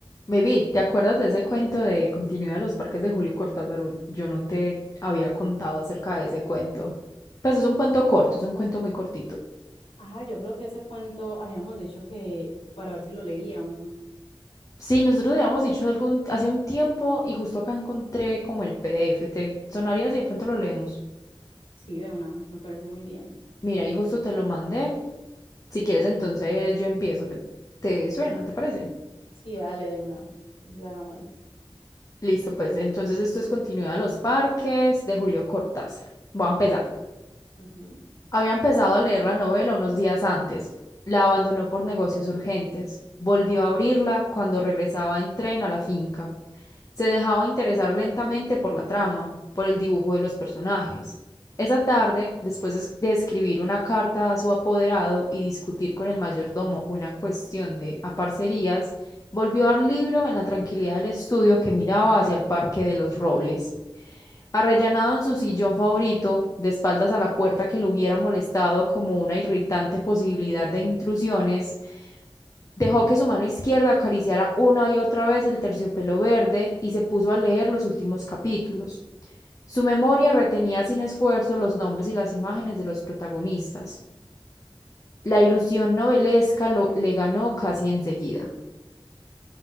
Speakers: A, on the left; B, on the left.
A: Baby, ¿te acuerdas de ese cuento de Continuidad de los Parques de Julio Cortázar? Yo no te había contado acerca de ese cuento. Pues es un cuento corto, es un cuento muy cortito.
B: Ah, yo creo que ese cuento habíamos dicho que para ver si lo leíamos.
A: Sí, nosotros habíamos dicho algún, hace un tiempo y justo acá encontré como el PDF. ¿Te sonaría si de pronto lo leemos?
B: Sí, de una, me parece muy bien.
A: Mira, y justo te lo mandé. Si quieres, entonces yo empiezo. ¿Te, te suena? ¿Te parece?
B: Sí, dale, de una. Entonces, hagámosle.
A: Listo, pues entonces esto es Continuidad de los Parques de Julio Cortázar. Voy a empezar.
B: Ujú.
A: Había empezado a leer la novela unos días antes. La abandonó por negocios urgentes. Volvió a abrirla cuando regresaba en tren a la finca. Se dejaba interesar lentamente por la trama, por el dibujo de los personajes. Esa tarde, después de es- de escribir una carta a su apoderado y discutir con el mayordomo una cuestión de aparcerías, volvió al libro en la tranquilidad del estudio que miraba hacia el Parque de los Robles. Arrellanado en su sillón favorito, de espaldas a la puerta que lo hubiera molestado como una irritante posibilidad de intrusiones, dejó que su mano izquierda acariciara una y otra vez el terciopelo verde y se puso a leer los últimos capítulos. Su memoria retenía sin esfuerzo los nombres y las imágenes de los protagonistas. La ilusión novelesca lo, le ganó casi enseguida.